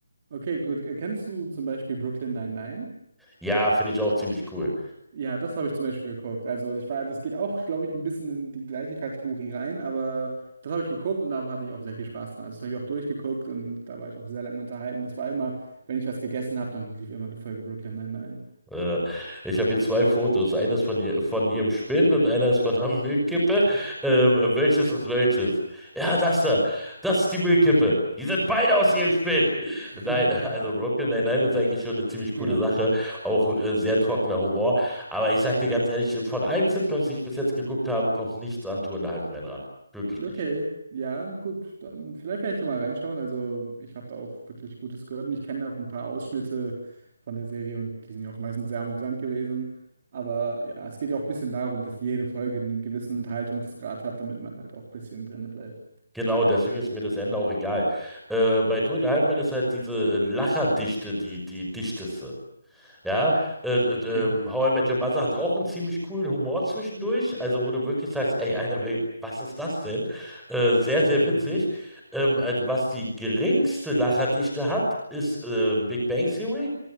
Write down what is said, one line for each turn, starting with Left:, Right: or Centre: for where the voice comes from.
Right: Okay, gut. Kennst du zum Beispiel Brooklyn Nine-Nine?
Centre: Ja, finde ich auch ziemlich cool.
Right: Ja, das habe ich zum Beispiel geguckt. Also ich war, das geht auch, glaube ich, ein bisschen in die gleiche Kategorie rein, aber das habe ich geguckt und da hatte ich auch sehr viel Spaß dran. Also das habe ich auch durchgeguckt und da war ich auch sehr lange unterhalten. Das war immer, wenn ich was gegessen habe, dann lief immer eine Folge Brooklyn Nine-Nine.
Centre: Äh, ich habe hier zwei Fotos. Eines von, ihr, von ihrem Spind und eines von einer Müllkippe. Ähm, welches ist welches? Ja, das da. Das ist die Müllkippe. Die sind beide aus ihrem Spind.
Right: <laughs>
Centre: Nein, <laughs> also Brooklyn Nine-Nine ist eigentlich schon eine ziemlich coole
Right: Ja.
Centre: Sache. Auch äh, sehr trockener Humor. Aber ich sag dir ganz ehrlich, von allen Sitcoms, die ich bis jetzt geguckt habe, kommt nichts an Two and a Half Men ran. Wirklich
Right: Okay,
Centre: nicht.
Right: ja, gut. Dann vielleicht werde ich da mal reinschauen. Also ich habe da auch wirklich Gutes gehört und ich kenne auch ein paar Ausschnitte von der Serie und die sind ja auch meistens sehr amüsant gewesen. Aber ja, es geht ja auch ein bisschen darum, dass jede Folge einen gewissen Unterhaltungsgrad hat, damit man halt auch ein bisschen drinne bleibt.
Centre: Genau, deswegen ist mir das Ende auch egal. Äh, bei Two and a Half Men ist halt diese äh, Lacherdichte die, die dichteste. Ja, äh, d-
Right: Okay.
Centre: ähm, How I Met Your Mother hat auch einen ziemlich coolen Humor zwischendurch, also wo du wirklich sagst, ey, Alter, wer- was ist das denn? Äh, sehr,
Right: <laughs>
Centre: sehr witzig. Ähm, äh, was die geringste Lacherdichte hat, ist ähm, Big Bang Theory,